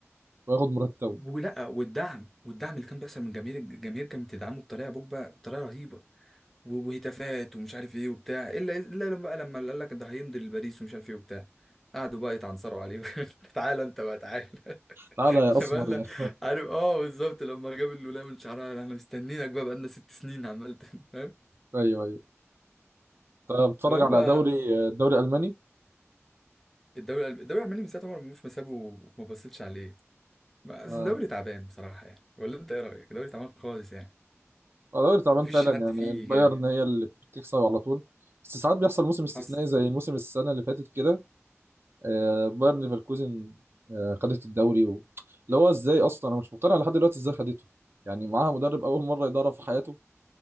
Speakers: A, on the right; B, in the centre.
A: وياخد مرتبه
B: ولا والدعم والدعم اللي كان بيحصل من جماهير الجماهير كانت بتدعمه بطريقه يا بوجبا بطريقه رهيبه و- وهتافات ومش عارف ايه وبتاع الا الا لما بقى لما قال لك ده هيمضي لباريس ومش عارف ايه وبتاع قعدوا بقى يتعنصروا عليه <laughs> تعالى انت بقى تعالى <laughs>
A: تعالى يا اسمر
B: بقالنا
A: يا <laughs>
B: عارف اه بالظبط لما جاب الولايه من شعرها احنا مستنيينك بقى بقالنا ست سنين عمال ت- <laughs> فاهم
A: ايوه ايوه طب بتتفرج
B: فهو
A: على دوري الدوري الالماني
B: الدوري الألم- الدوري الالماني من ساعه عمر مرموش ما سابه وما بصيتش عليه بس
A: اه
B: الدوري تعبان بصراحه يعني ولا انت ايه رايك الدوري تعبان خالص يعني
A: هو دوري تعبان
B: مفيش
A: فعلا
B: حد
A: يعني
B: فيه
A: البايرن
B: جامد
A: هي اللي بتكسب على طول بس ساعات بيحصل موسم استثنائي
B: حصل
A: زي موسم السنه اللي فاتت كده آه بايرن ليفركوزن آه خدت الدوري و... اللي هو ازاي اصلا انا مش مقتنع لحد دلوقتي ازاي خدته يعني معاها مدرب اول مره يدرب في حياته